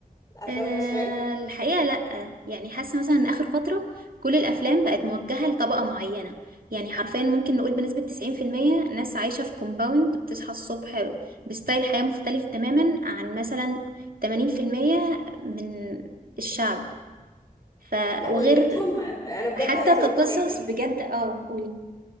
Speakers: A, on the left; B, on the right.
A: الافلام
B: أه
A: المصريه
B: الحقيقة لأ يعني حاسة مثلا إن آخر فترة كل الأفلام بقت موجهة لطبقة معينة يعني حرفيا ممكن نقول بنسبة 90% ناس عايشة في كومباوند بتصحى الصبح بستايل حياة مختلف تماما عن مثلا 80% من الشعب ف
A: لا
B: وغير
A: ويا ريتهم انا بجد
B: حتى
A: عايزه
B: كقصص
A: اقول حاجه
B: بجد اه قولي